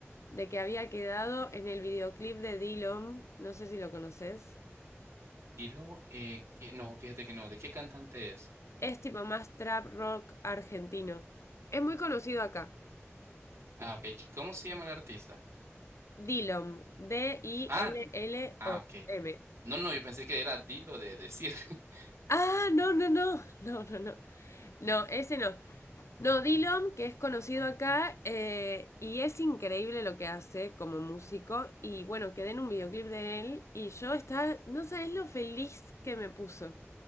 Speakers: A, on the left; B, on the right.
A: de que había quedado en el videoclip de Dillom, no sé si lo conoces.
B: Y luego, eh, que- no, fíjate que no, ¿de qué cantante es?
A: Es tipo más trap rock argentino. Es muy conocido acá.
B: Ah, ok, ¿cómo se llama el artista?
A: Dillom, D-I-L-L-O-M.
B: Ah, ah, ok. No, no, yo pensé que era Dilo de decir. <laughs>
A: Ah, no, no, no, <laughs> no, no, no. No, ese no. No, Dillom, que es conocido acá, eh, y es increíble lo que hace como músico. Y bueno, quedé en un videoclip de él y yo estaba, no sabes lo feliz que me puso,